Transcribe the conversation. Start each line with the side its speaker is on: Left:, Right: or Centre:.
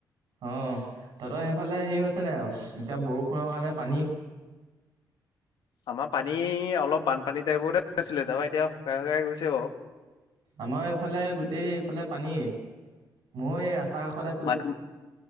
Right: অ তহঁতৰ সেইফালে হেৰি হৈছে নে এতিয়া বৰষুণ। পৰ কাৰণে পানী।
Left: আমাৰ পানী অলপ বানপানী টাইপতে হৈছিলে তাৰপা এতিয়া শুকাই শুকাই গৈছে বাৰু।
Right: আমাৰ এইফালে গোটেই এইফালে পানী মই এই ৰা তাৰকাষত আছোঁ।
Left: মাটি